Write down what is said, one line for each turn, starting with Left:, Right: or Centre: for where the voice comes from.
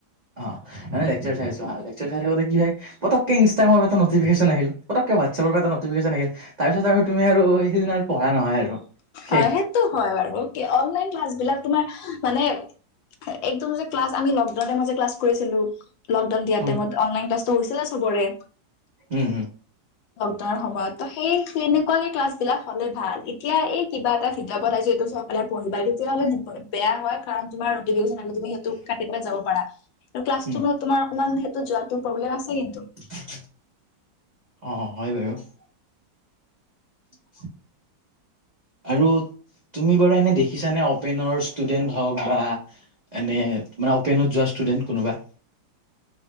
Right: অঁ। আহ মানে লেকচাৰ চাই আছো হাঁ। লেকচাৰ চাই থাকোঁতে কি হয় হে পতকে ইনষ্টাগ্ৰামৰ পৰা এটা নটিফিকেচন আহিল, পতকে হোৱাটছএপৰ পৰা এটা নটিফিকেচন আহিল। ইহ আহ তাৰপিছত আৰু তো তুমি আৰু সেইকেইদিন আৰু পঢ়া নহয় আৰু শেষ।
Left: অ, সেইটো হয় বাৰু কি অনলাইন ক্লাছ বিলাক তোমাৰ আহ্ আহ্ মানে একদম যে ক্লাছ আমি লকডাউনৰ মাজে ক্লাছ কৰিছিলো। লকডাউন দিয়াৰ
Right: উম,
Left: টাইমত অনলাইন ক্লাছটো হৈছিলা চবৰে।
Right: উম হুম।
Left: লকডাউনৰ সময়ত ত সেই কেনেকুৱাকে ক্লাছ বিলাক হ'লে ভাল এতিয়া এই কিবা এটা ভিডিঅ' পঠাইছো এইটো চব ভালেই আৰু পঢ়িবা তেতিয়াহ'লে ব বে বেয়া হয় কাৰণ তোমাৰ টেলিভিছন আৰু তুমি সেইটোত কাটি ওলাই যাব পাৰা আৰু ক্লাছ
Right: হুম,
Left: তোমাৰ তোমাৰ অকমান সেইটো যোৱাটো প্ৰব্লেম আছে কিন্তু
Right: ঠিট ঠিট, অঁ অ। হয় বাৰু। সি ই
Left: <unintelligible>
Right: ই চু। আৰু তুমি বাৰু এনে দেখিছানে? অপেনৰ ষ্টুডেণ্ট হওক বা এনেই তোমাৰ অ'পেনত যোৱা ষ্টুডেণ্ট কোনোবা।